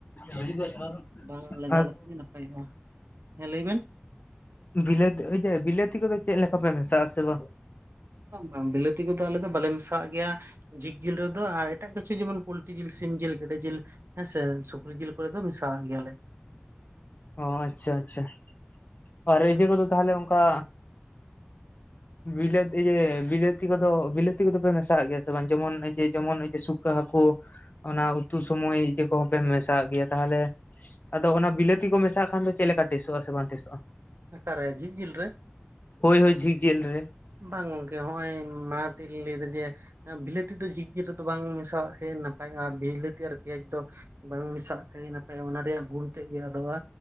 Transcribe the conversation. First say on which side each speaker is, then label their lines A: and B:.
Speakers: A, on the left; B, on the right.
A: ᱜᱟᱹᱰᱤ ᱠᱚ ᱪᱟᱞᱟᱣ ᱜᱟᱱᱚᱜ ᱛᱮ?
B: ᱵᱟᱝ ᱞᱟᱜᱟᱣ ᱞᱮᱠᱟᱱ ᱜᱮ ᱱᱟᱯᱟᱭᱚᱜᱼᱟ, ᱦᱮᱸ ᱞᱟᱹᱭ ᱵᱮᱱ?
A: ᱵᱤᱞᱟᱹᱛ ᱤᱭᱟᱹ ᱵᱤᱞᱟᱹᱛᱤ ᱠᱚᱫᱚ ᱪᱮᱜ ᱞᱮᱠᱟ ᱯᱮ ᱢᱮᱥᱟᱜ ᱟᱥᱮ ᱵᱟᱝ?
B: ᱵᱟᱝ, ᱵᱟᱝ ᱵᱤᱞᱟᱹᱛᱤ ᱠᱚᱫᱚ ᱟᱞᱮ ᱫᱚ ᱵᱟᱞᱮ ᱢᱮᱥᱟᱣᱟᱜ ᱜᱮᱭᱟ᱾ ᱡᱷᱤᱠᱽ ᱡᱤᱞ ᱨᱮᱫᱚ ᱟᱨ ᱮᱴᱟᱜ ᱠᱤᱪᱷᱩ ᱡᱮᱢᱚᱱ ᱯᱩᱞᱴᱤ ᱡᱤᱞ ᱥᱤᱢ ᱡᱮᱞ ᱜᱮᱰᱮ ᱡᱮᱞ ᱦᱮᱸ ᱥᱮ ᱥᱩᱠᱨᱤ ᱡᱤᱞ ᱠᱚᱨᱮ ᱫᱚ ᱢᱮᱥᱟᱣᱟᱜ ᱜᱮᱭᱟᱞᱮ᱾
A: ᱚ, ᱟᱪᱪᱷᱟ ᱟᱪᱪᱷᱟ᱾ ᱟᱨ ᱮᱡᱮ ᱠᱚᱫᱚ ᱛᱟᱦᱚᱞᱮ ᱚᱝᱠᱟ ᱵᱤᱞᱟᱹᱛ ᱤᱭᱟᱹ ᱵᱤᱞᱟᱹᱛᱤ ᱠᱚᱫᱚ ᱵᱤᱞᱟᱹᱛᱤ ᱠᱚᱫᱚ ᱯᱮ ᱢᱮᱥᱟᱜ ᱜᱮᱭᱟ ᱥᱮ ᱵᱟᱝ ᱡᱮᱢᱚᱱ ᱤᱡᱟᱹ ᱡᱮᱢᱚᱱ ᱤᱡᱟᱹ ᱥᱩᱠᱟᱹ ᱦᱟᱹᱠᱳ ᱚᱱᱟ ᱩᱛᱩ ᱥᱚᱢᱚᱭ ᱤᱡᱟᱹ ᱠᱚᱦᱚᱸ ᱯᱮ ᱢᱮᱥᱟᱜ ᱜᱮᱭᱟ ᱛᱟᱦᱚᱞᱮ? ᱟᱫᱚ ᱚᱱᱟ ᱵᱤᱞᱟᱹᱛᱤ ᱠᱚ ᱢᱮᱥᱟᱜ ᱠᱷᱟᱱ ᱫᱚ ᱪᱮᱫ ᱞᱮᱠᱟ ᱴᱮᱥᱚᱜᱼᱟ ᱥᱮ ᱵᱟᱝ ᱴᱮᱥᱚᱜᱼᱟ?
B: ᱟᱠᱟᱨᱮ ᱡᱷᱤᱠᱽ ᱡᱤᱞ ᱨᱮ?
A: ᱦᱳᱭ, ᱦᱳᱭ, ᱡᱷᱤᱠᱽ ᱡᱮᱞ ᱨᱮ᱾
B: ᱵᱟᱝ ᱜᱚᱝᱠᱮ ᱦᱚᱜᱼᱚᱭ ᱢᱟᱲᱟᱝ ᱛᱤᱧ ᱞᱮᱭᱫᱟ ᱡᱮ ᱵᱤᱞᱟᱹᱛᱤ ᱫᱚ ᱡᱷᱤᱠᱽ ᱡᱮᱞ ᱨᱮᱫᱚ ᱵᱟᱝ ᱢᱮᱥᱟᱣᱟᱜ ᱯᱷᱮ ᱱᱟᱯᱟᱭᱚᱜᱼᱟ ᱵᱤᱞᱟᱹᱛᱤ ᱟᱨ ᱯᱮᱭᱟᱡᱽ ᱫᱚ ᱵᱟᱝ ᱢᱮᱥᱟᱜ ᱠᱷᱟᱡ ᱜᱮ ᱱᱟᱯᱟᱭᱚᱜᱼᱟ, ᱚᱱᱟ ᱨᱮᱭᱟᱜ ᱜᱩᱱ ᱛᱮᱜ ᱜᱮ ᱟᱫᱚᱜᱼᱟ